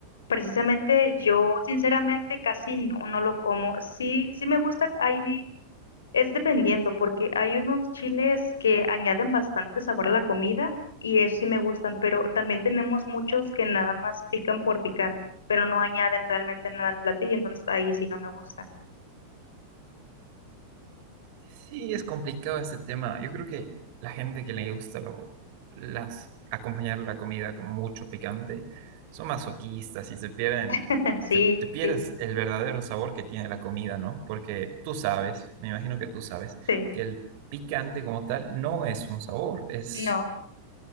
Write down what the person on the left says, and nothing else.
Precisamente yo sinceramente casi no, no lo como. Sí, sí me gusta, ahí es dependiendo, porque hay unos chiles que añaden bastante sabor a la comida y eso sí me gustan, pero también tenemos muchos que nada más pican por picar, pero no añaden realmente nada al platillo, entonces ahí sí no me gusta.
<laughs> Sí,
sí,
sí, sí.
No.